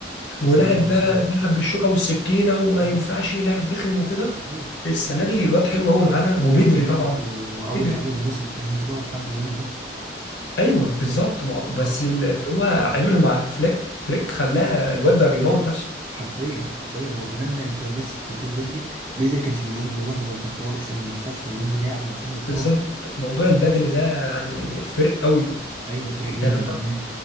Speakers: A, on the right; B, on the left.
A: كانش
B: ولاعب
A: بيلعب
B: بقى
A: طبعا
B: بيلعب بالشوكه والسكينه وما ينفعش
A: اه
B: يلعب رخم وكده
A: ايوه
B: السنه دي الواد حلو قوي معانا وبدري
A: لا وكمان
B: طبعا
A: انتوا اول
B: بدري
A: اول الموسم كنتوا عايزين تبيعوا فرانك ديونج ده
B: ايوه بالظبط ما بس
A: اه
B: اللي هو عمله مع فليك فليك خلاه الواد بقى بيموت نفسه
A: حرفيا حرفيا وكمان انت لسه كنت بتقول بدري بدري كانش بيقوم يروح ما بيخرجش من المستشفى بينزل يلعب ماتشين ويتصاب
B: بالظبط موضوع البدني ده يعني فرق قوي
A: ايوه فرق جدا
B: يعني
A: كمان